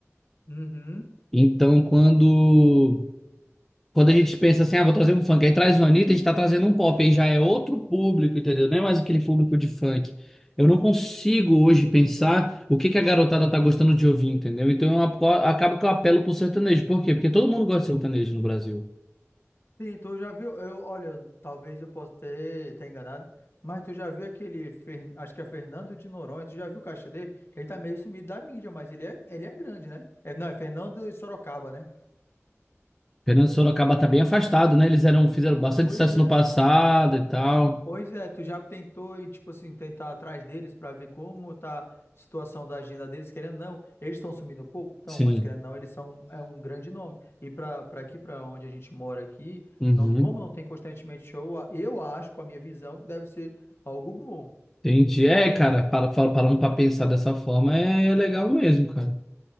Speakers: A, on the left; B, in the centre.
A: Uhum.
B: Então, quando Quando a gente pensa assim, ah, vou trazer um funk, aí traz o Anitta, a gente tá trazendo um pop, aí já é outro público, entendeu? Não é mais aquele público de funk. Eu não consigo hoje pensar o que que a garotada tá gostando de ouvir, entendeu? Então eu apo- acabo que eu apelo pro sertanejo. Por quê? Porque todo mundo gosta de sertanejo no Brasil.
A: Sim, tu já viu? Eu, olha, talvez eu possa ter, ter enganado, mas tu já viu aquele, Fer- acho que é Fernando de Noronha, tu já viu o caixa dele? Ele tá meio sumido da mídia, mas ele é, ele é grande, né? É, não, é Fernando de Sorocaba, né?
B: Fernando Sorocaba tá bem afastado, né? Eles eram, fizeram bastante
A: Pois
B: sucesso
A: é,
B: no passado e tal.
A: pois é, tu já tentou, e, tipo assim, tentar atrás deles pra ver como tá a situação da agenda deles, querendo ou não, eles estão sumindo um pouco? Não,
B: Sim.
A: mas querendo ou não, eles são um, é um grande nome. E pra, pra aqui, pra onde a gente mora aqui,
B: Uhum.
A: não, como não tem constantemente show, eu acho, com a minha visão, que deve ser algo bom.
B: Entendi. É, cara, para, fal- parando pra pensar dessa forma, é é legal mesmo, cara.